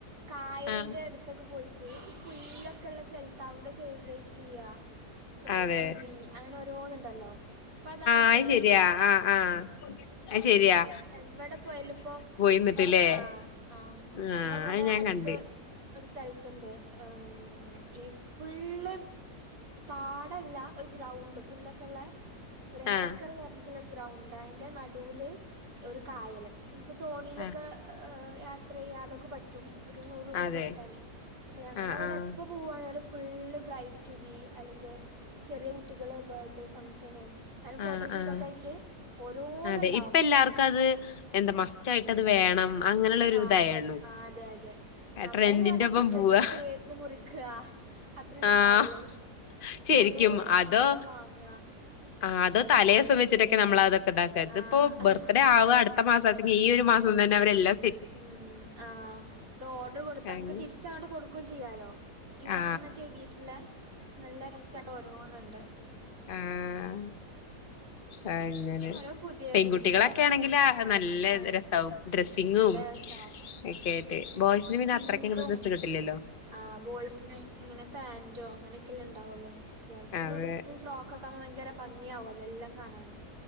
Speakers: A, on the right; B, on the left.
A: കായലിന്റെ
B: ആഹ്
A: അടുത്തൊക്കെ പോയി ട്ട് ഈ പുല്ലോക്കെ ഉള്ള സ്ഥല തവിടെ സേവ് ദി ഡേറ്റ് ചെയ്ക ബ്രൈഡ്
B: അതെ
A: റ്റു ബി അങ്ങനെ ഓരോന്നുണ്ടല്ലോ അപ്പൊ അതാണ്
B: അ
A: ഫുള്ള്
B: ശരിയാ ആ ആ
A: ഉം
B: അത് ശരി <unintelligible>
A: എവിടെ പോയലും ഇപ്പോ
B: നിന്നിട്ട്ല്ലേ
A: ആഹ് ആഹ് ഞങ്ങളവിടെ
B: ആഹ് അത് ഞാൻ
A: അടുത്ത്
B: കണ്ട്
A: ഒരു സ്ഥലത്തുണ്ട് ഉം ഉ ഈ ഫുള്ള് താടല്ല ഒരു ഗ്രൗണ്ട് പുല്ലക്കുള്ള ഒരു
B: ആഹ്
A: ഏക്കർ നമുക്ക് ഗ്രൗണ്ട് അയിന്റെ നടൂല് ഒരു കായലും നമുക്ക് തോണിയിലക്ക
B: ആഹ്
A: അ യാത്ര ചെയ്യാതൊക്കെ പറ്റും ഒരു നൂറ് രൂപയ്ക്ക്
B: അതെ
A: കൊടുത്താലേ അപ്പൊ ഞങ്ങളവിടെ
B: ആഹ് ആഹ്
A: എപ്പൊ പ്പോവാണേലും ഫുള്ള് ബ്രൈറ്റ് ടു ബി അല്ലെങ്കിൽ ചെറിയ കുട്ടികൾ ബേർത്ത്ഡേ ഫങ്ഷൻ അവിടെ ഫോട്ടോഷൂട്ടൊക്കെ
B: ആഹ് ആഹ്
A: ആയിട്ട് ഓരോന്ന്
B: അതെ
A: ഇണ്ടാവും
B: ഇപ്പ എല്ലാർക്കും അത് എന്താ മസ്റ്റായിട്ടത് വേണം അങ്ങനെയുള്ള ഒരു
A: ആഹ്
B: ഇതായേണു
A: അതെ അതെ നമ്മൾന്ന്
B: ട്രെൻഡിന്റെ
A: പറഞ്ഞാ
B: ഒപ്പം
A: ജസ്റ്റ്
B: പോവാ
A: കേക്ക് മുറിക്ക അത്രല്ലേ
B: ആഹ്
A: ഇണ്ടാവുള്ളൂ ഇത്
B: ശെരിക്കും
A: ഓരോ സാധനങ്ങൾ
B: അതോ
A: വാങ്ങ
B: ആ അത് തലേദിവസം വച്ചിട്ടൊക്കെ നമ്മള തൊക്കെ ഉണ്ടാക്ക ഇത്
A: ആഹ്
B: ഇപ്പോ ബർത്ത്ഡേ ആവ അടുത്ത് അടുത്ത മാസാച് ഈ ഒരു മാസം തന്നെവരെല്ലാം
A: ഉം ആഹ് ഇത് ഓർഡർ കൊടുത്താ
B: അങ്ങ്
A: നമുക്ക് തിരിച്ചോണ്ട് കൊടു ക്കും ചെയ്യാലോ ഈ വണ്ക്കെ
B: ആ.
A: എഴുതിയിട്ടിള്ളെ നല്ല രസല്ല ഓരോന്ന് ണ്ട്
B: മ്മ് ആ അങ്ങനെ
A: ഓരോ പുതിയത്
B: പെൺകുട്ടികളൊക്കെ
A: ഇനിയിപ്പോ അടുത്ത
B: ആണെങ്കിൽ ആ നല്ല
A: ആഹ്
B: രസാവും ഡ്രസ്സിങ്ങും
A: ഉം നല്ല രസാവും
B: ഒക്കെ ബോയ്സിന് പിന്നെ
A: പിങ്കും
B: അത്രക്കങ്ങട് ഡ്രസ്സ് കിട്ടില്ലല്ലോ.
A: ആ ബോയ്സിന് ഇങ്ങനെ പാന്റോ അങ്ങനെയൊക്കെല്ലേ ഇണ്ടാവുള്ളൂ ഗേൾസിന്റെ
B: അതെ.
A: ഉടുപ്പും ഫ്രോക്ക് കൊക്കെ ഭയങ്കര ഭംഗിയാവുല്ലോ എല്ലാം കാണാന്